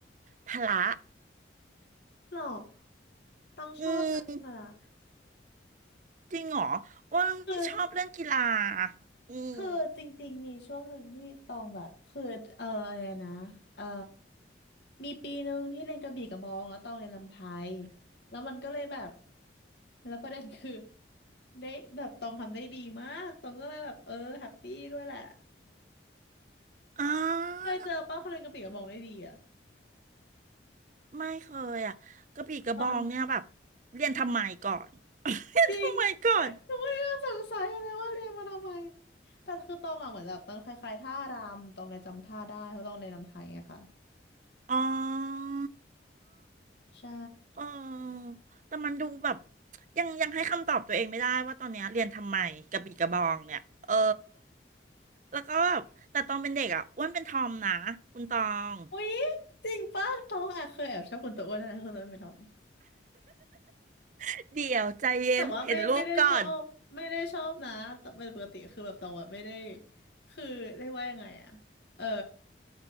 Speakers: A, on the right; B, on the left.
A: พละ
B: หรอ ต้องชอบนะนก่ค่ะะ
A: อืม จริงเหรออ้วนไม่ชอบเล่นกีฬา
B: คือ
A: อืม
B: คือจริงๆมีช่วงหนึ่งที่ตองแบบคือเอออะไรนะเออมีปีหนึ่งที่เรียนกระบี่กระบองแล้วตองเรียนรำไทยแล้วมันก็เลยแบบแล้วประเด็นคือได้แบบตองทำได้ดีมากตองก็เลยแบบเออแฮปปี้ด้วยแหละ
A: อ่
B: เคยเจอป้าคนเรียนกระบี่กระบองได้ดีอะ
A: าไม่เคยอ่ะกระบี่กระบองเนี่ยแบบ
B: ตอง
A: เรียนทำไมก่อน <laughs> เรียนทำไมก่อน
B: จริง <laughs> หนูก็ยังสงสัยอยู่เลยว่าเรียนมาทำไมแต่คือตองอ่ะเหมือนแบบมันคล้ายๆท่ารำตองเลยจำท่าได้เพราะตองเรียนรำไทยไงค่ะ
A: อ๋อ
B: ใช่
A: เออแต่มันดูแบบยังยังให้คำตอบตัวเองไม่ได้ว่าตอนเนี้ยเรียนทำไมกระบี่กระบองเนี่ยเออแล้วก็แบบแต่ตอนเป็นเด็กอ่ะอ้วนเป็นทอมนะคุณตอง
B: อุ๊ยจริงปะทอมอ่ะเคยแอบชอบคนตัวอ้วนนะคนตัวอ้วนเป็นทอม
A: <laughs> เดี๋ยวใจเย็นเห็นรูปก่อน
B: แต่ว่าไม่ไม่ได้ชอบไม่ได้ชอบนะแต่เป็นปกติคือแบบตรงแบบไม่ได้คือเรียกว่ายังไงอะเออ